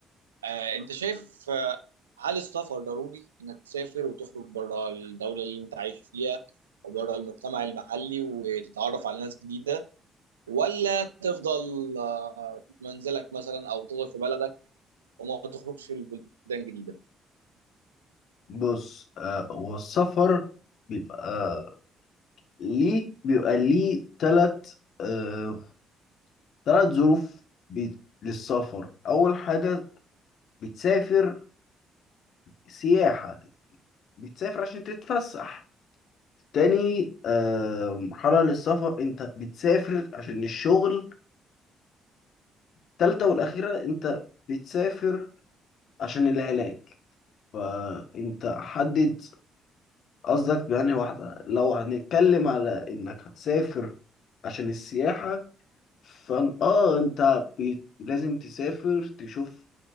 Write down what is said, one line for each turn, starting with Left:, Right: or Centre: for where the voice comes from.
Right: آه، أنت شايف آه، هل السفر ضروري إنك تسافر وتخرج بره الدولة اللي أنت عايش فيها وبره المجتمع المحلي وتتعرف على ناس جديدة ولا تفضل آه، في منزلك مثلا أو تفضل في بلدك وما تخرجش البلدان جديدة؟
Left: بص أه والسفر بيبقى ليه بيبقى ليه تلت أه تلت ظروف بي- للسفر اول حاجة بتسافر سياحة بتسافر عشان تتفسح تاني أه مرحلة للسفر انت بتسافر عشان الشغل تالتة والاخيرة انت بتسافر عشان العلاج فانت حدد قصدك بأنهي واحدة لو هنتكلم على انك هتسافر عشان السياحة فان اه انت بي... لازم تسافر تشوف